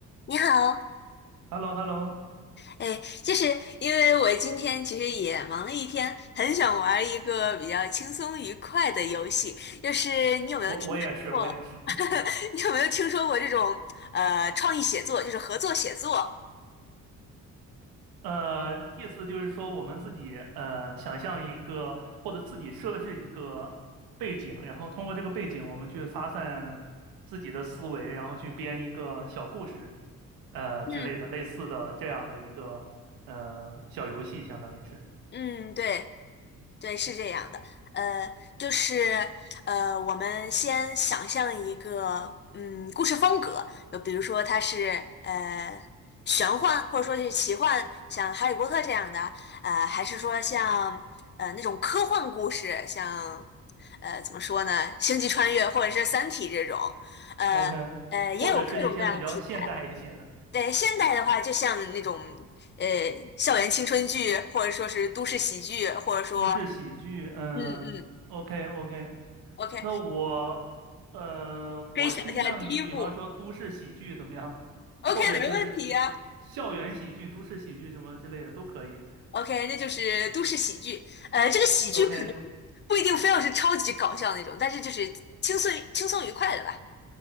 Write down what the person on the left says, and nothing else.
你好，
哎，就是因为我今天其实也忙了一天，很想玩一个比较轻松愉快的游戏。就是你有没有听说过？
<laughs> 你有没有听说过这种呃创意写作，就是合作写作？
嗯
嗯，对。对，是这样的，呃，就是呃，我们先想象一个嗯故事风格，就比如说它是呃玄幻，或者说是奇幻，像《哈利波特》这样的，呃，还是说像呃那种科幻故事，像呃怎么说呢，《星际穿越》或者是《三体》这种，呃呃，
也有各种各样的题材。对，现代的话，就像那种呃校园青春剧，或者说是都市喜剧，或者说。
嗯嗯
OK，
可以想一下第一步。
OK，
没问题呀、
OK，那就是都市喜剧。呃，这个喜剧可能
不一定非要是超级搞笑那种，但是就是轻松轻松愉快的吧。